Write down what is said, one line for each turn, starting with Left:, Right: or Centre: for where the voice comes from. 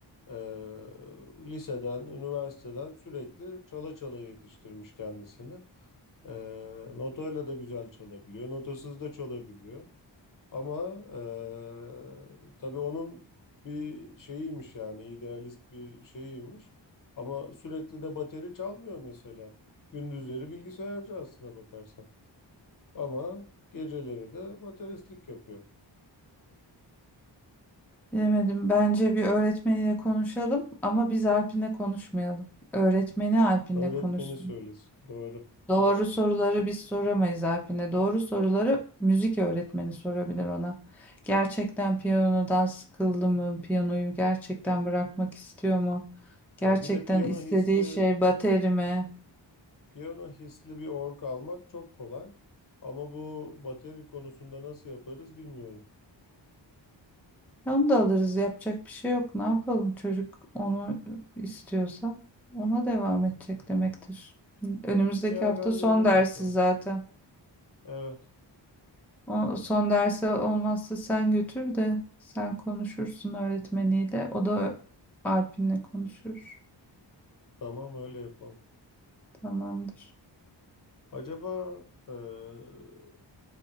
Left: eee, liseden, üniversiteden sürekli çala çala yetiştirmiş kendisini. Eee notayla da güzel çalabiliyor, notasız da çalabiliyor. Ama eee tabii onun bir şeyiymiş yani idealist bir şeyiymiş. Ama sürekli de bateri çalmıyor mesela. Gündüzleri bilgisayarcı aslına bakarsan. Ama geceleri de bateristlik yapıyor.
Centre: Bilemedim. Bence bir öğretmeniyle konuşalım ama biz Alpin'le konuşmayalım. Öğretmeni Alpin'le
Left: Öğretmeni
Centre: konuşsun.
Left: söylesin. Doğru,
Centre: Doğru
Left: doğru.
Centre: soruları biz soramayız Alpin'e. Doğru soruları müzik öğretmeni sorabilir ona. Gerçekten piyanodan sıkıldı mı? Piyanoyu gerçekten bırakmak istiyor mu? Gerçekten
Left: Ya bir de piyano
Centre: istediği
Left: hisli
Centre: şey bateri mi?
Left: piyano hisli bir org almak çok kolay. Ama bu bateri konusunda nasıl yaparız bilmiyorum.
Centre: Onu da alırız. Yapacak bir şey yok. Ne yapalım? Çocuk onu istiyorsa ona devam edecek demektir. Önümüzdeki
Left: Bir değerlendirelim
Centre: hafta son dersi
Left: bakalım.
Centre: zaten.
Left: Evet,
Centre: O, son derse olmazsa sen götür de sen konuşursun öğretmeniyle. O da ö- Alp'inle konuşur.
Left: tamam öyle yapalım.
Centre: Tamamdır.
Left: Acaba eee,